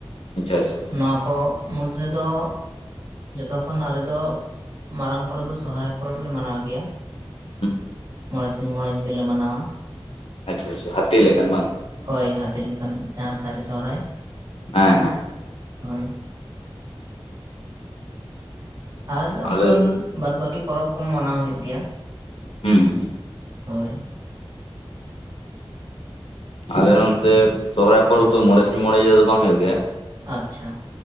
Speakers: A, on the left (about 85°); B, on the right (about 55°).
A: ᱟᱪᱪᱷᱟ ᱟᱪᱪᱷᱟ᱾
B: ᱱᱚᱣᱟ ᱠᱚ ᱢᱩᱫᱽ ᱨᱮ ᱫᱚ ᱡᱚᱛᱚ ᱠᱷᱚᱱ ᱟᱞᱮ ᱫᱚ ᱢᱟᱨᱟᱝ ᱯᱚᱨᱚᱵᱽ ᱫᱚ ᱥᱚᱦᱚᱨᱟᱭ ᱯᱚᱨᱚᱵᱽ ᱞᱮ ᱢᱟᱱᱟᱣ ᱜᱮᱭᱟ ᱾
A: ᱦᱩᱸ
B: ᱢᱚᱬᱮ ᱥᱤᱧ ᱢᱚᱬᱮ ᱧᱤᱫᱟᱹ ᱞᱮ ᱢᱟᱱᱟᱣᱟ ᱾
A: ᱟᱪᱪᱷᱟ ᱟᱪᱪᱷᱟ ᱦᱟᱹᱛᱤ ᱞᱮᱠᱟᱱ ᱵᱟᱝ
B: ᱦᱳᱭ ᱦᱟᱹᱛᱤ ᱞᱮᱠᱟᱱ ᱡᱟᱦᱟᱸ ᱥᱟᱹᱨᱤ ᱥᱚᱨᱦᱟᱭ ᱾
A: ᱦᱮᱸᱻ ᱦᱮᱸ ᱾
B: ᱦᱚᱭ ᱾ ᱟᱨ
A: ᱟᱞᱮ
B: ᱚᱱᱠᱟᱱ ᱵᱟᱫᱽ ᱵᱟᱹᱠᱤ ᱯᱚᱨᱚᱵᱽ ᱠᱩ ᱢᱟᱱᱟᱣ ᱦᱩᱭᱩᱜ ᱜᱮᱭᱟ ᱾
A: ᱦᱩᱸ᱾
B: ᱦᱳᱭ ᱾
A: ᱟᱞᱮ ᱱᱚᱱᱛᱮ ᱥᱚᱦᱚᱨᱟᱭ ᱯᱚᱨᱚᱵᱽ ᱫᱚ ᱢᱚᱬᱮ ᱥᱤᱧ ᱢᱚᱬᱮ ᱧᱤᱫᱟᱹ ᱫᱚ ᱵᱟᱝ ᱦᱩᱭᱩᱜ ᱜᱮᱭᱟ ᱾
B: ᱟᱪᱪᱷᱟ ᱾